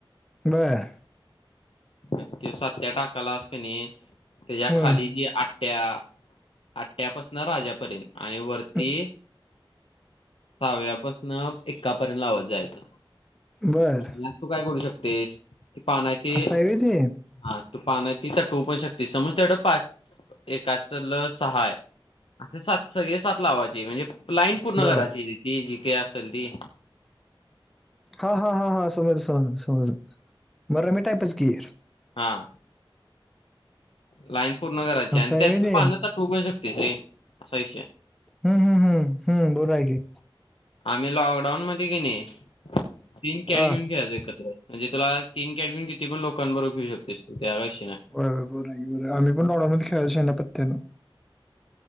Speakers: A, in the centre; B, on the left.
A: बरं
B: म त्यो सात्या टाकलास क नाही त्याच्या
A: अं,
B: खाली जे आ ठ्या आठ्यापसनं राजापर्यंत आणि वर ती
A: अं,
B: सहाव्यापासनं ऐक्का पर्यंत लावत जायचं.
A: बरं
B: मग तू काय करू शकतेस ते पान आहे ते
A: असं व्हय ते
B: हा तो पान आहे ती तर टोवू पण शकते समज तेवढं पा एकातलं सहा हाय असे सात सगळे सात लावायचे म्हणजे लाईन पूर्ण
A: बर
B: करायची ती जी का असेल ती.
A: हा हा हा हा समज समज समजलं म रमी टाईपच की.
B: हां. लाईन पूर्ण करायची
A: असं
B: आणि
A: आहे
B: त्यात
A: व्हय ते
B: तू पान त टवू पण शकतोस रे असा विषय हाय.
A: हम्म हम्म हम्म हम्म हम्म बरो आहे की.
B: आम्ही लॉकडाऊन मध्ये की नी तीन कॅट
A: हा
B: घेऊन खेळायचं एकत्र म्हणजे तुला तीन कॅट घेऊन किती पण लोकां बरोबर खेळू शकतेस तू त्या काय विषय नाय.
A: व्हय बरं आहे की बरं आहे आम्ही पण लॉकडाउनमध्ये खेळायच ह्यानं पत्त्यानं.